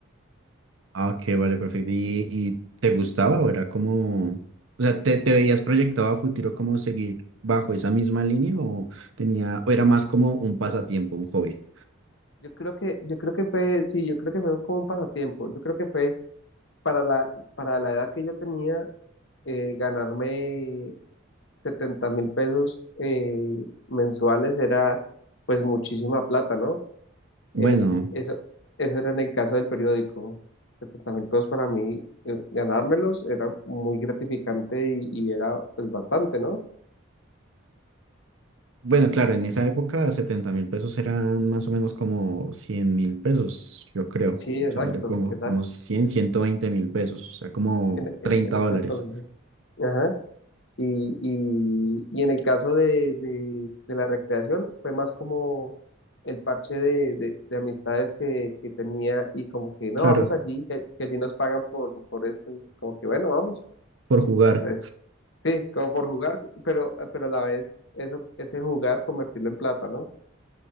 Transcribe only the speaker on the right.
Ah, ok, vale, perfecto. ¿Y, y te gustaba o era como, o sea, te, te veías proyectado a futuro como seguir bajo esa misma línea o tenía, o era más como un pasatiempo, un hobby?
Bueno.
Bueno, claro, en esa época setenta mil pesos eran más o menos como cien mil pesos, yo creo.
O sea, le pongo
como cien ciento veinte mil pesos, o sea, como
30
dólares.
Claro,
por jugar.